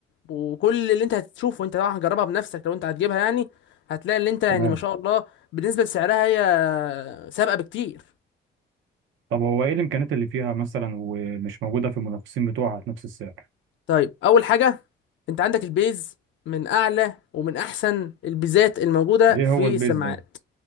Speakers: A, on the left; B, on the right.
A: وكل اللي انت هتشوفه وانت طبعا هتجربها بنفسك لو انت هتجيبها يعني هتلاقي اللي انت يعني
B: تمام
A: ما شاء الله بالنسبه لسعرها هي سابقه بكتير
B: طب هو ايه الامكانيات اللي فيها مثلا ومش موجوده في المنافسين بتوعها في نفس السعر
A: طيب اول حاجه انت عندك البيز من اعلى ومن احسن البيزات الموجوده
B: ايه
A: في
B: هو البيز
A: السماعات
B: ده